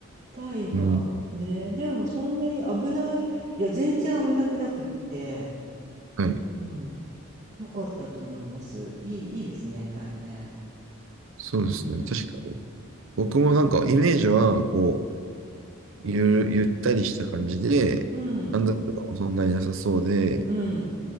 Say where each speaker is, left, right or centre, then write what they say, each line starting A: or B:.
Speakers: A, on the right (about 35°); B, on the right (about 70°).
A: タイはね、
B: うん。
A: でもそんなに危ない、いや、全然危なくなくって、
B: はい。
A: うん、よかったと思います。いい、いいですね、タイね。
B: そうですね。
A: うん、
B: 確かに。僕もなんかイメージは、こう、ゆる、ゆったりした感じで、
A: うん、
B: 犯罪とかもそんなになさそうで、
A: うん、